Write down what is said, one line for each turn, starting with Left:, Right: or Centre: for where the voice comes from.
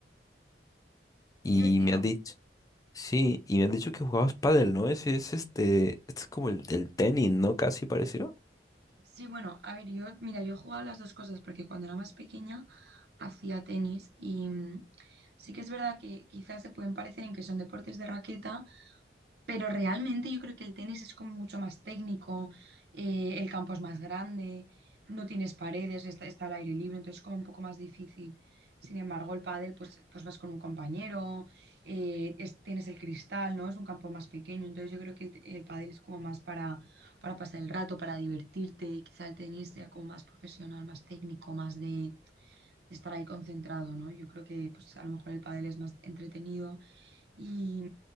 Left: Y
Right: ¡Qué divertido!
Left: me han dicho, sí, y me han dicho que jugabas pádel, ¿no? Ese es este, este es como el del tenis, ¿no? Casi pareció.
Right: Sí, bueno, a ver, yo, mira, yo he jugado las dos cosas, porque cuando era más pequeña hacía tenis y mm, sí que es verdad que quizás se pueden parecer en que son deportes de raqueta Pero realmente yo creo que el tenis es como mucho más técnico, eh, el campo es más grande, no tienes paredes, está, está al aire libre, entonces es como un poco más difícil. Sin embargo, el pádel, pues, pues vas con un compañero, eh, es- tienes el cristal, ¿no? Es un campo más pequeño, entonces yo creo que el, te- el pádel es como más para, para pasar el rato, para divertirte, y quizá el tenis sea como más profesional, más técnico, más de, de estar ahí concentrado, ¿no? Yo creo que pues a lo mejor el pádel es más entretenido y,